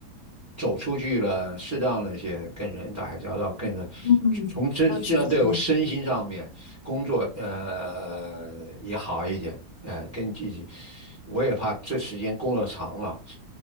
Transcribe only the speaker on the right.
走出去了，适当的一些跟人打交道，跟人
从这这样对我身心上面工作呃也好一点，
呃，跟自己，我也怕这时间工作长了，